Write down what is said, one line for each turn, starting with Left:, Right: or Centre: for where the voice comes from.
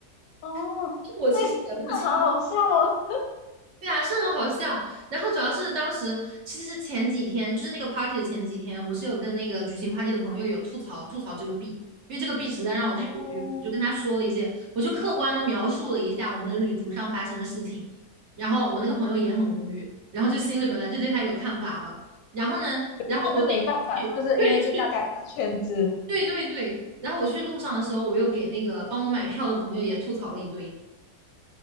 Left: 哦，
Right: <laughs> 我其实也不清
Left: 哎，那好好笑哦。
Right: 对啊，是很好笑。然后主要是当时其实是前几天，就是那个 party 的前几天，我是有跟那个举行 party 的朋友有吐槽吐槽这个 B，因为这个 B 实在让我太无语了。
Left: 哦，
Right: 我就跟他说了一些，我就客观的描述了一下我们旅途上发生的事情。然后我那个朋友也很无语，然后就心里本来就对他有看法了。然后呢，
Left: 对，
Right: 然后我那天去，
Left: 可是没办法，是不是？
Right: 对去，
Left: 因为就大家一个圈子，
Right: 对对对。然后我去路上的时候，我又给那个帮我买票的朋友也吐槽了一堆，